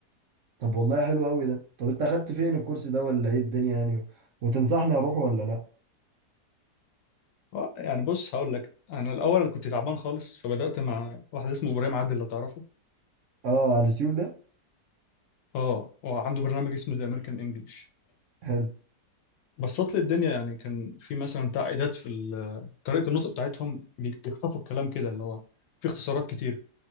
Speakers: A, on the right (about 65°); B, on the left (about 80°).
A: طب والله حلو قوي ده طب انت اخدت فين الكورس ده ولا ايه الدنيا يعني و... وتنصحني اروح ولا لا
B: اه يعني بص هقول لك انا الاول انا كنت تعبان خالص فبدات مع واحد اسمه ابراهيم عادل لو تعرفه
A: اه على اليوتيوب ده
B: اه هو عنده برنامج اسمه ذا امريكان انجلش
A: حلو
B: بسط لي الدنيا يعني كان في مثلا تعقيدات في ال- طريقه النطق بتاعتهم بيخطفوا الكلام كده اللي هو في اختصارات كتير